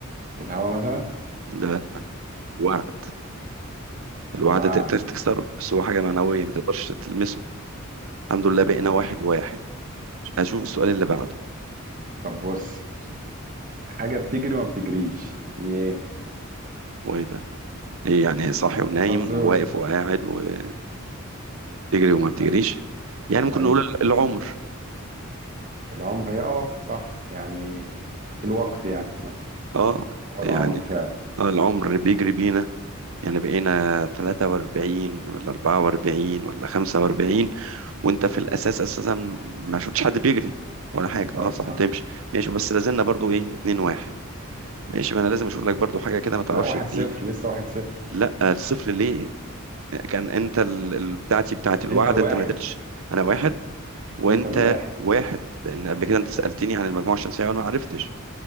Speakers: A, on the right; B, on the right.
A: الهواء مثلا
B: ده الوعد
A: الوعد
B: الوعد تقدر تكسره بس هو حاجه معنويه ما تقدرش تلمسه الحمد لله بقينا
A: صح
B: واحد واحد اشوف السؤال اللي بعده
A: طب بص حاجة بتجري وما بتجريش هي إيه
B: هو ايه ده ايه يعني صاحي ونايم
A: فزور
B: وواقف وقاعد وتجري وما بتجريش
A: آه،
B: يعني ممكن
A: أيوه
B: نقول ال- العمر
A: العمر هي أه صح يعني الوقت يعني مثلا
B: اه
A: هو العمر
B: يعني
A: فعلا
B: اه العمر بيجري بينا يعني بقينا 43 ولا 44 ولا 45 وانت في الاساس اساسا ما شفتش حد بيجري ولا حاجه
A: لا
B: اه صح
A: صح
B: تمشي ماشي بس لازلنا برضو ايه 2 واحد ماشي ما انا لازم اشوف لك برضو حاجه كده ما تعرفش
A: لا واحد
B: إنت
A: صفر
B: ايه
A: لسه واحد صفر
B: لا الصفر ليه كان انت ال- ال- بتاعتي بتاعت الوعد
A: أنت الواحد
B: انت ما قدرتش انا واحد وانت
A: أنت الواحد
B: واحد لان قبل كده انت سالتني عن المجموعه الشمسيه وانا ما عرفتش